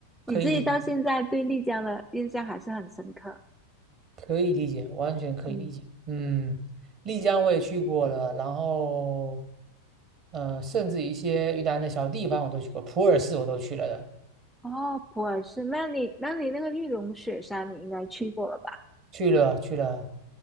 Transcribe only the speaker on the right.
可以理解可以理解，完全可以理解。
嗯，丽江我也去过了，然后，呃，甚至一些云南的小地方我都去过，普洱市我都去了的，
去了去了